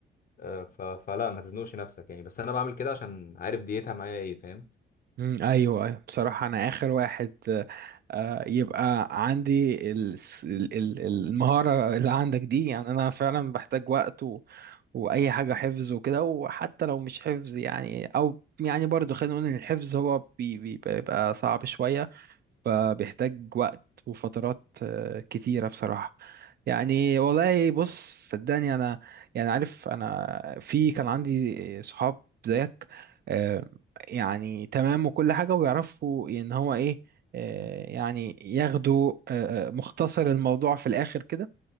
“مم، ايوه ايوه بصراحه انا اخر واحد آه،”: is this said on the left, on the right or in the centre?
Right